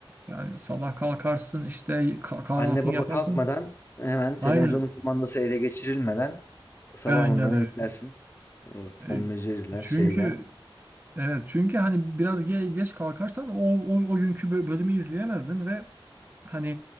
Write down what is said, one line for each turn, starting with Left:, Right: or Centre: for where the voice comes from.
Right: Yani sabah kalkarsın işte ka- kahvaltını
Left: Anne baba
Right: yaparsın.
Left: kalkmadan hemen televizyonun
Right: Aynen.
Left: kumandası ele geçirilmeden sabah
Right: Aynen
Left: onları
Right: öyle.
Left: izlersin. O Tom
Right: E,
Left: ve Jerry'ler şeyler.
Right: Çünkü Evet çünkü hani biraz ge- geç kalkarsan o, o, o günkü bö- bölümü izleyemezdin ve hani